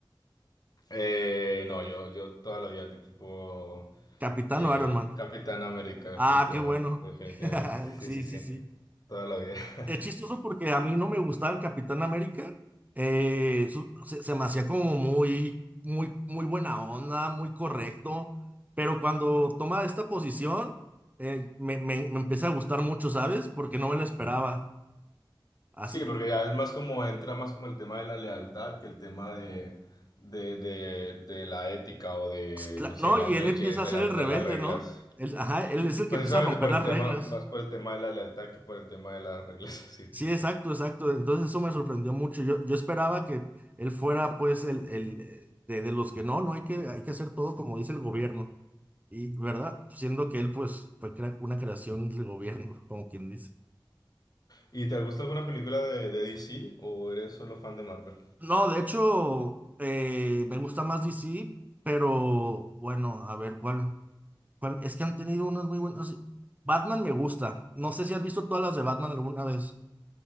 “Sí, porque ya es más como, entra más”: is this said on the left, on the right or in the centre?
Left